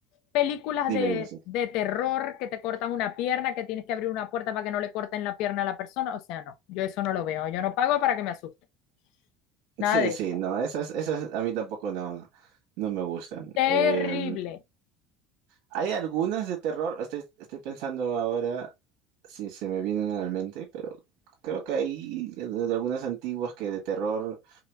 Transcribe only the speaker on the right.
dime,
dime, sí.
Sí,
sí,
no, esas, esas a mí tampoco no, no me gustan.
Eh, hay algunas de terror, estoy, estoy pensando ahora si se me vienen a la mente, pero creo que hay de algunas antiguas que de terror